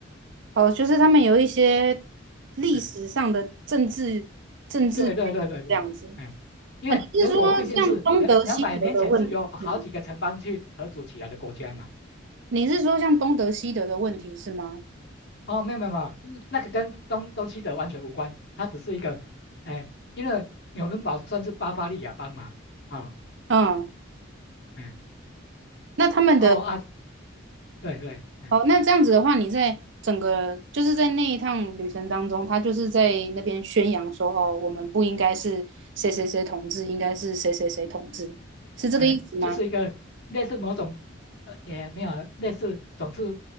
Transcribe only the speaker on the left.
嗯，对对对对对，
哎、因为德国毕竟是两两百年前是由好几个城邦去合组起来的国家嘛，
哦，没有没有没有，嗯那个跟东东西德完全无关，它只是一个，哎、因为纽伦堡算是巴伐利亚邦嘛，啊、
哎。
哦啊，对对，哎
哎，就是一个类似某种，呃，也没有类似，总是，